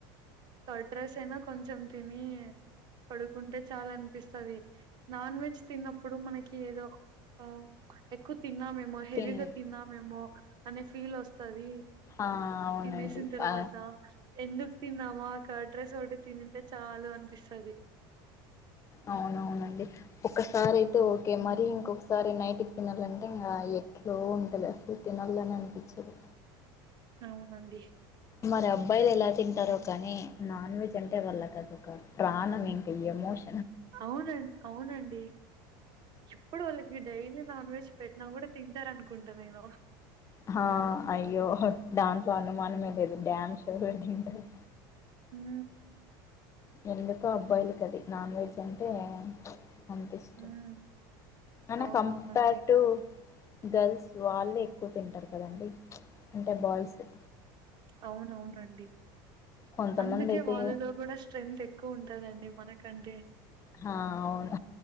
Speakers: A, on the right (about 40°); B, on the left (about 25°).
A: కర్డ్ రైస్ అయినా కొంచెం తిని పడుకుంటే చాలనిపిస్తది నాన్ వెజ్ తిన్నప్పుడు మనకి ఏదో కో ఎక్కువ తిన్నామేమో హెవీగా
B: తిన్
A: తిన్నామేమో అనే ఫీల్ వస్తది
B: ఆ అవునండి
A: తినేసిన తర్వాత
B: ఆ
A: ఎందు తిన్నామా కర్డ్ రైస్ ఒక్కటే తినింటే చాలు అనిపిస్తది
B: అవునవునండి ఒకసారి అయితే ఓకే
A: ఉమ్
B: మరీ ఇంకొకసారి నై టికి తినాలంటే ఇంగ ఎట్లో ఉంటది అస్సలు తినాల్లనే అనిపిచ్చదు
A: అవునండి
B: మరి అబ్బాయిలు ఎలా తింటారో కానీ నాన్ వెజ్ అంటే వాళ్ళకదొక ప్రాణం ఇంక ఎమోష
A: అవునం అవునండి ఎప్పుడు వాళ్ళకి డైలీ నాన్ వెజ్ పెట్టినా గుడా తింటారనుకుంటా నేను
B: హా అయ్యో దాంట్లో అనుమానమే లేదు డ్యామ్ ష్యుర్ గా దింటారు
A: మ్
B: ఎందుకో అబ్బాయిలకైది నాన్ వెజ్ అంటే అంతిష్టం
A: హ్మ్.
B: అయినా
A: అవునవునండి.
B: కంపార్ టు గర్ల్స్ వాళ్ళే ఎక్కువ తింటారు కదండి అంటే బాఇసు
A: అవునవునండి
B: కొంతమంది
A: అందుకే
B: అయితే
A: వాళ్ళలో గుడా స్ట్రెంగ్తు ఎక్కువ ఉంటదండి మనకంటే
B: హా అవును